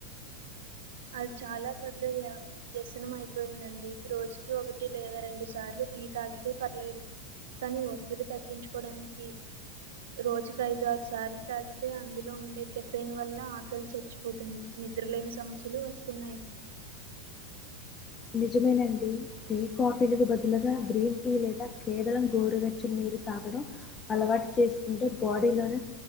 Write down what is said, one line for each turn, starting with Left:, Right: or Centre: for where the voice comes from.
Right: అది చాలా పెద్దవి యా వ్యసనం అయిపోయిందండి రోజుకి ఒకటి లేదా రెండు సార్లు టీ తాగితే పర్లేదు కని ఒత్తిడి తగ్గించుకోవడానికి రోజుకి ఐదు ఆరు సార్లు తాగితే అందులో ఉండే కెఫెన్ వల్ల ఆకలి చచ్చిపోతుంది నిద్రలేమి సమస్యలు వస్తున్నాయి
Left: నిజమేనండి టీ కాఫీలకు బదులుగా గ్రీన్ టీ లేదా కేవలం గోరువెచ్చ నీరు తాగడం అలవాటు చేసుకుంటే బాడీలోని